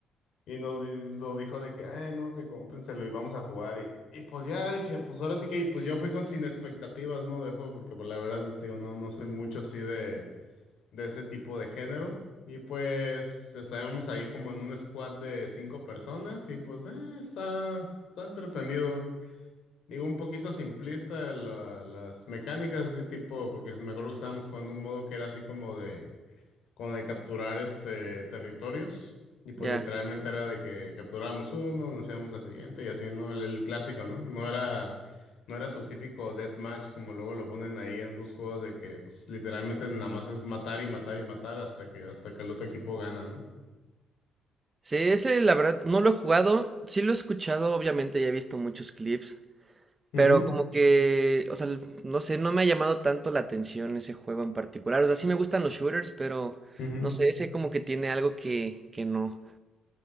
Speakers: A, on the left; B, on the right.
A: y nos, di- nos dijo de que, ay, no, que cómprenselo y vamos a jugar. Y, y pues ya dije, pues ahora sí que, y pues yo fui con sin expectativas, ¿no? Del juego, porque pues la verdad, te digo, no, no soy mucho así de de ese tipo de género. Y pues estábamos ahí como en un squad de cinco personas y pues eh, está, está entretenido. Digo, un poquito simplista la- las mecánicas así tipo, porque me acuerdo que estábamos jugando un modo que era así como de con de capturar este territorios. Y pues
B: ya.
A: literalmente era de que capturábamos uno, nos íbamos al siguiente y así, ¿no? El, el clásico, ¿no? No era, no era tu típico deathmatch como luego lo ponen ahí en tus juegos de que pues literalmente nada más es matar y matar y matar hasta que, hasta que el otro equipo gana, no
B: Sí, ese la verdad no lo he jugado, sí lo he escuchado, obviamente ya he visto muchos clips,
A: Ujú,
B: pero como que, o sea, l- no sé, no me ha llamado tanto la atención ese juego en particular. O sea, sí me gustan los shooters, pero
A: ujú.
B: no sé, ese como que tiene algo que, que no.